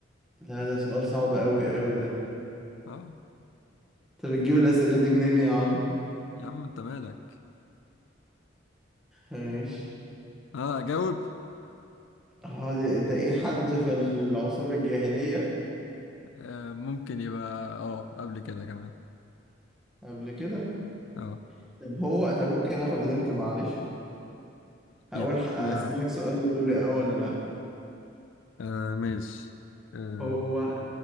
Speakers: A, in the centre; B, on the left (about 70°).
A: لا ده سؤال صعب أوي أوي ده
B: اه
A: أنت بتجيب الأسئلة دي منين يا عم؟
B: يا عم أنت مالك
A: ماشي
B: اه جاوب
A: اه ده, ده إيه حد في العصور الجاهلية
B: آه، ممكن يبقى اه قبل كده كمان
A: قبل كده؟
B: اه
A: طب هو طب ممكن آخد هنت معلش هقول
B: يعني
A: ح- أسألك
B: آه
A: سؤال وتقول لي آه ولا لأ
B: آه، ماشي آه
A: هو